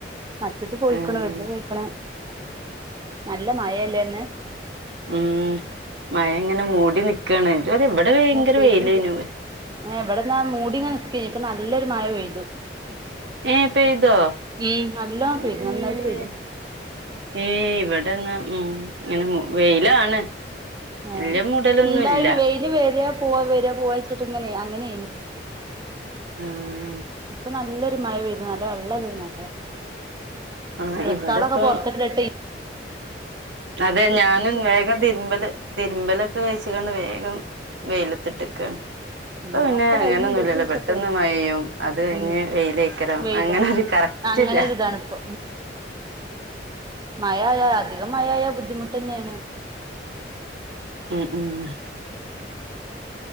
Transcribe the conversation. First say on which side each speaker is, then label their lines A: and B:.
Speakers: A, on the right; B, on the right.
A: മറ്റത് പോയിക്കണ
B: ഉം
A: വലുത് പോയിക്കണ് നല്ല മഴയല്ലേ ഇന്ന് മ്
B: മ് മഴ ഇങ്ങനെ മൂടി നിക്കാണ് ഇതുവരെ ഇവിടെ ഭയങ്കര
A: പെയ്തില്ലേ
B: വെയിലേനു
A: ഇവിടെ ദ ഇങ്ങനെ മൂടി നിക്ക ഇപ്പൊ നല്ലൊരു മഴ പെയ്തു
B: ഏ പെയ്തോ
A: ഉം നല്ലോണം
B: അതേ
A: പെയ്തു നന്നായിട്ട് പെയ്തു
B: ഇവിടെ ഇന്ന് മ് ഇങ്ങനെ വെയിലാണ്
A: മ്
B: വല്യ മൂടലൊന്നുല്ല
A: എന്തായിത് വെയിൽ വരാ പോവാ വരാ പോവവാച്ചിട്ട് ഇങ്ങനെയ അങ്ങനെയന്
B: ഉം
A: ഇപ്പൊ നല്ല നല്ലൊരു മഴ പെയ്തു നല്ല വെള്ളമുള്ളൊരു മഴ
B: ആ
A: ഡ്രസ്സുകളൊക്കെ
B: ഇവിടെപ്പോ
A: പുറത്തിട്ടിട്ട്
B: അതെ ഞാനും വേഗം അലക്കലൊക്കെ അലക്കലൊക്കെ കഴി അത് കൊണ്ട് വേഗം വെയിലത്തിട്ടിരിക്കുകയാണ്
A: ഉം
B: അപ്പൊ പിന്നെ
A: ഒക്കെ
B: അങ്ങനെയൊന്നുമല്ലല്ലോ
A: കഴിഞ്ഞ് ഇടട്ട് വെച്ചപ്പോ
B: പെട്ടന്ന് മഴയും അത് കഴിഞ്ഞ്
A: ഉം
B: വെയിലായിരിക്കും
A: വെയിലോ
B: അങ്ങനെ ഒരു കറക്റ്റ്ല്ല
A: അങ്ങനെ ഒരിതാണിപ്പൊ മഴയായ അധികം മഴയായ ബുദ്ധിമുട്ട് തന്നെയാണ്
B: മ് മ് മ്